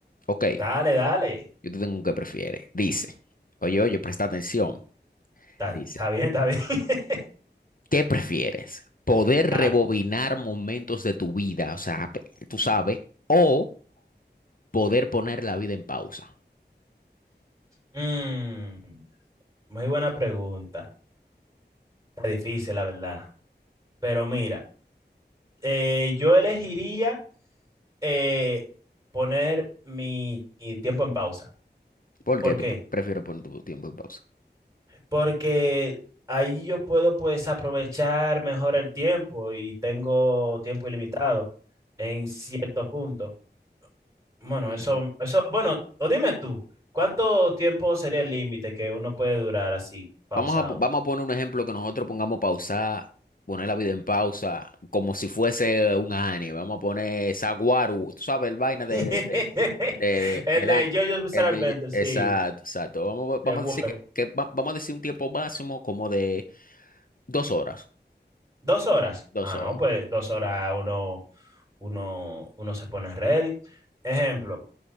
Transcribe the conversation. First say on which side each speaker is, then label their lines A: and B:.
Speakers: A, on the left; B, on the right.
A: Ok,
B: Dale, dale.
A: yo te tengo un que prefiere. Dice, oye, oye, presta atención.
B: Está,
A: Dice,
B: está bien, está bien. <laughs>
A: ¿qué prefieres? ¿Poder
B: Dale.
A: rebobinar momentos de tu vida? O sea, pe- tú sabes, o poder poner la vida en pausa.
B: Mm, muy buena pregunta. Está difícil, la verdad. Pero mira, eh, yo elegiría eh, poner mi mi tiempo en pausa.
A: ¿Por
B: ¿Por
A: qué
B: qué?
A: tú pre- prefieres poner tu tiempo en pausa?
B: porque ahí yo puedo pues aprovechar mejor el tiempo y tengo tiempo ilimitado en cierto punto. Bueno,
A: Ujú.
B: eso, eso, bueno, o dime tú, ¿cuánto tiempo sería el límite que uno puede durar así, pausado?
A: Vamos a, vamos a poner un ejemplo que nosotros pongamos pausar, poner la vida en pausa, como si fuese un anime. Vamos a poner Saguaru, tú sabes, el vaina
B: <laughs>
A: de, de, de- de- de-
B: El
A: del
B: de
A: anime.
B: JoJo's Bizarre
A: El
B: Adventure,
A: de,
B: sí,
A: exacto, exacto. Vamos, vamos
B: The World.
A: a decir que, que va- vamos a decir un tiempo máximo como de dos horas.
B: Dos horas.
A: Dos
B: Ah,
A: horas.
B: no, pues dos horas uno, uno, uno se pone ready. Ejemplo.